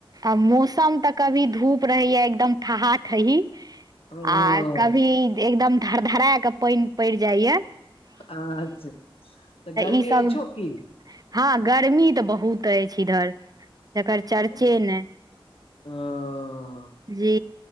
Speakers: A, on the right; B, on the left.
A: आ मौसम तऽ कभी धूप रहेये एकदम ठहा ठहि
B: ओ
A: आ कभी एकदम धर धरा कऽ पानि पड़ि जाइये
B: अच्छा तऽ गर्मी
A: ई सब
B: अछियो की
A: हँ गर्मी तऽ बहुत अछि इधर जकर चर्चे
B: ओ
A: नै
B: ओ
A: जी